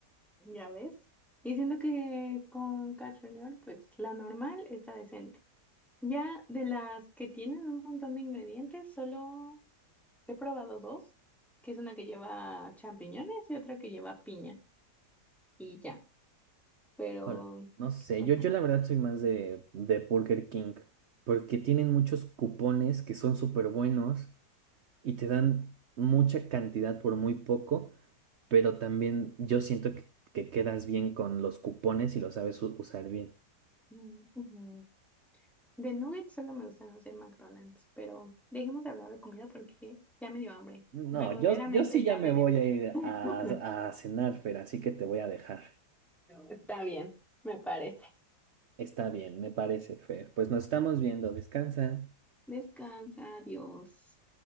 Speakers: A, in the centre; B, on the right.
A: ya ves. Y siento que con Carl Jr., pues la normal está decente. Ya de las que tienen un montón de ingredientes, solo He probado dos, que es una que lleva champiñones y otra que lleva piña. Y ya, pero...
B: Híjole, no sé,
A: ujú,
B: yo, yo la verdad soy más de, de Burger King porque tienen muchos cupones que son súper buenos y te dan mucha cantidad por muy poco, pero también yo siento que, que quedas bien con los cupones y lo sabes u- usar bien.
A: mm, ujú. De nuggets solo me gustan los de McDonald's, pero dejemos de hablar de comida porque ya me dio hambre.
B: No,
A: Verdaderamente
B: yo, yo sí ya
A: ya me
B: me voy
A: dio.
B: a ir
A: <laughs>
B: a, a cenar, Fer, así que te voy a dejar.
A: Está bien, me parece.
B: Está bien, me parece, Fer. Pues nos estamos viendo, descansa.
A: Descansa, adiós.